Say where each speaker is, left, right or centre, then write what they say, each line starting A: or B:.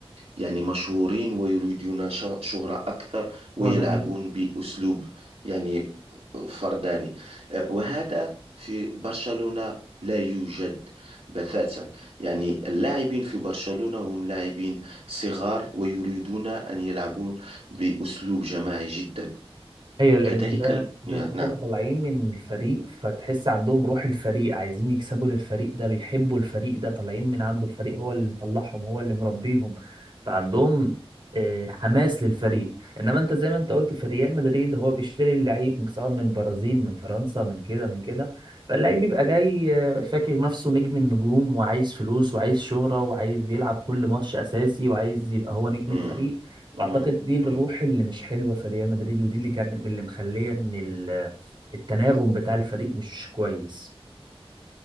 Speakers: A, on the right; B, on the right.
A: يعني مشهورين ويريدون ش- شهرة أكثر ويلعبون
B: ومان
A: بأسلوب يعني فرداني آه، وهذا في برشلونة لا يوجد بتاتا يعني اللاعبين في برشلونة هم لاعبين صغار ويريدون أن يلعبون بأسلوب جماعي جدا
B: هي لان
A: كذلك
B: ده
A: ال-
B: زي
A: يعني
B: ما انتم
A: نعم
B: طالعين من الفريق فتحس عندهم روح الفريق عايزين يكسبوا للفريق ده بيحبوا الفريق ده طالعين من عنده الفريق هو اللي مطلعهم هو اللي مربيهم فعندهم آه، حماس للفريق انما انت زي ما انت قلت في ريال مدريد هو بيشتري اللعيب سواء من البرازيل من فرنسا من كده من كده فاللعيب بيبقى جاي آه، فاكر نفسه نجم النجوم وعايز فلوس وعايز شهرة وعايز يلعب كل ماتش اساسي وعايز يبقى هو نجم
A: امم
B: الفريق فاعتقد
A: امم
B: دي الروح
A: امم
B: اللي مش حلوه في ريال مدريد ودي اللي كانت اللي مخليه ان ال- التناغم بتاع الفريق مش كويس